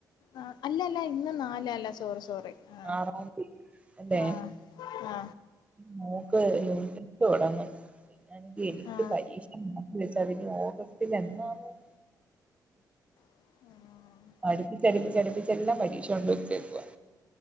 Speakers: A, on the left; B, on the right.
A: ആഹ് അല്ല അല്ല ഇന്ന് നാല് അല്ല സോറി സോറി ആ
B: ആറാംതീ അല്ലെ
A: ആ ആ
B: മോക്ക് യുണിറ്റ് ടെസ്റ്റ് തൊടങ്ങും പിന്ന എനിക്ക് എനിക്ക്
A: ആ
B: പരീക്ഷ ന്ന് വിളിച്ചാതിനി ഓഗസ്റ്റിലെന്നാകും
A: ആണോ
B: അടുപ്പിച്ചടുപ്പിച്ചടുപ്പിച്ചെല്ലാം പരീക്ഷ കൊണ്ട് വെച്ചേക്കുവാ